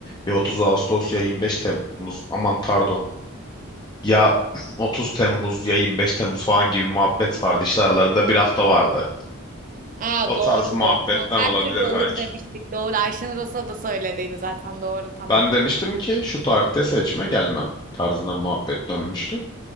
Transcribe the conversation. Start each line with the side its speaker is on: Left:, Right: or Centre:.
Left: Ya 30 Ağustos ya 25 Temmuz aman pardon. Ya <clears throat> 30 Temmuz ya 25 Temmuz falan gibi muhabbet vardı. İşte aralarında bir hafta vardı.
Right: Aa
Left: O
Right: doğru
Left: tarz bir muhabbetten
Right: doğru. Tamam her
Left: olabilir
Right: türlü olur
Left: belki.
Right: demiştik. Doğru Ayşenur Osa da söylediydi zaten. Doğru tamam.
Left: Ben demiştim ki şu tarihte seçme gelmem tarzında bir muhabbet dönmüştü.